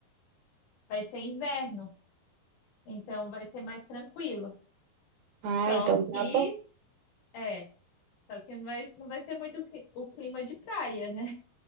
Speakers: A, on the left; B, on the right.
A: Vai ser inverno, então vai ser mais tranquilo.
B: Ah,
A: Só
B: então tá
A: que,
B: bom.
A: é, só que não vai, não vai ser muito cli- o clima de praia, né?